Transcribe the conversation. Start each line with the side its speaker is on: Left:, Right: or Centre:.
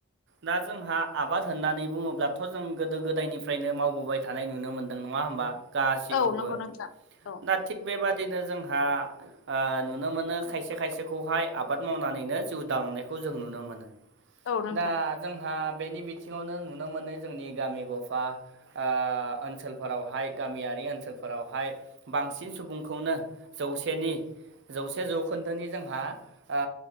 Right: दा जोंहा आबाद होननानै बुंङोब्लाथ' जों गोदो गोदायनिफ्रायनो माव वबोबाय थानाय नुनो मोन्दों नंङा होमबा? गासैखौबो
Left: औ नंगौ नोंथां औ
Right: दा थिग बेबादिनो जोंहा नुनो ओ मोनो खायसे खायसेखौहाय आबाद मावनानैनो जिउ दालांनायखौ जों नुनो मोनो
Left: औ नोंथां
Right: दा जोंहा बेनि बिथिंङावनो नुनो मोनो जोंनि गामि गफा ओ ओनसोलफोरावहाय गामियारि ओनसोलफोरावहाय बांसिन सुबुंखौनो जौसेनि जौसे जौखोन्दोनि जोंहा ओ